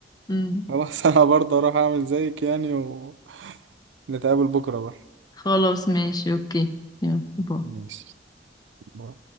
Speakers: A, on the left; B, on the right.
A: امم
B: خلاص <laughs> انا برضه اروح اعمل زيك يعني و... نتقابل بكرة بقى
A: خلاص ماشي اوكي يلا باي
B: ماشي باي.